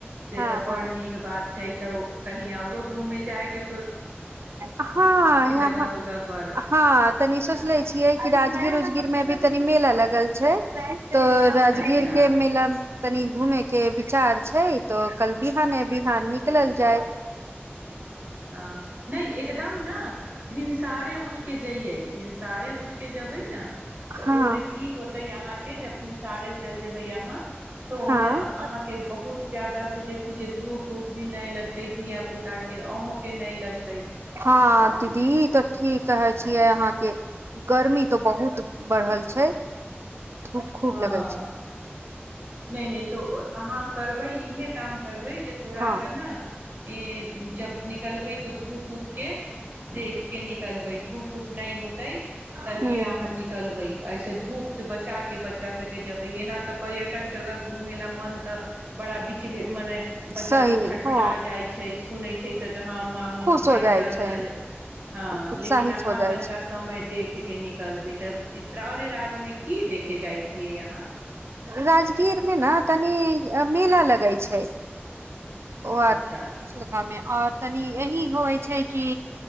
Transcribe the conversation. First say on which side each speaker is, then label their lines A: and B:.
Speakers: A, on the right; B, on the right.
A: से
B: हँ
A: तऽ बड़
B: हँ
A: नीक बात छै तऽ कही घूमे जायके
B: हँ यह
A: जगह उगह पर
B: हँ तनी सोचले छियै कि राजगीर उजगीर मे भी तनी मेल अलग अल छै तऽ राजगीर
A: अच्छा
B: के मेला मे तनी घूमे के विचार छै तऽ कल बिहान बिहान निकलल जाय
A: हँ नहि एकदम ने भिनसारे उठके जैयै भिनसारे उठके जेबै ने तऽ
B: हँ
A: ओहिमें की होतै यहााँ के जब हिंसारे चल जे भै यहाँ तऽ ओहिमेब
B: हँ
A: अहाँके बहुत ज्यादा से देखू जे धूप खूब भी नहि लगत त धियिया पुता के अहँं लक
B: हँ दीदी तऽ ठीक है आहा के गर्मी त बहुत बढ़ल छै धूप खूब
A: हँ
B: लगै छै
A: नहि नहि तऽ अहाँ करबै इहे काम करबै जे थोड़ा
B: हँ
A: सा ने ई जब निकलबै तऽ धूप उऊप के देख के निकलबै धूप उप नहि होते तहिे
B: ह
A: अहाँ निकलबै स धूप से बचा के बच्चा सबके जेबै एना तऽ पर्यट जगह घुमे ला मन तऽ बड़ा मने बच्चासभ
B: सही
A: छटपटा
B: हँ
A: जाइत छै सुनैत छै तऽ हँ मा
B: खुश हो
A: मााय
B: जाइ
A: चल
B: छै
A: चल हँ
B: उत्साहित
A: लेकिन अहाँ
B: हो जाइ
A: तनिका
B: छै
A: समय देख कऽ निकलबै तऽ राधे राधे मे की देखे जाइ छै प्रयः
B: राजगीरमे ने तनी मेला लगै छै ओमे
A: अच्छा
B: आओर तनि एहिह होइ छै कि